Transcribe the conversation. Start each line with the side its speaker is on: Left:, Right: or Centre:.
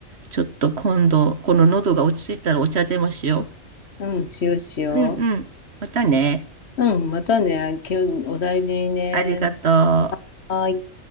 Right: ちょっと今度、この喉が落ち着いたらお茶でもしよ
Left: うん、しようしよ
Right: う。うんうん。またね。
Left: う。うん、またね、今日お大事にね。
Right: ありがとう。
Left: はーい。